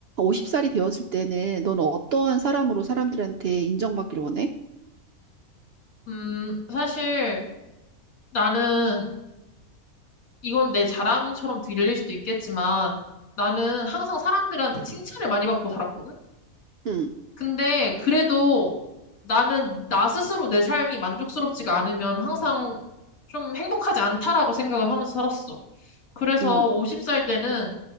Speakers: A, on the right (about 60°); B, on the left (about 70°).
A: 50살이 되었을 때는 너는 어떠한 사람으로 사람들한테 인정받기를 원해?
B: 음, 사실 나는 이건 내 자랑처럼 들릴 수도 있겠지만 나는 항상 사람들한테 칭찬을 많이 받고 살았거든.
A: 응,
B: 근데 그래도 나는 나 스스로 내 삶이 만족스럽지가 않으면 항상 좀 행복하지 않다라고 생각을 하면서 살았어. 그래서
A: 응,
B: 50살 때는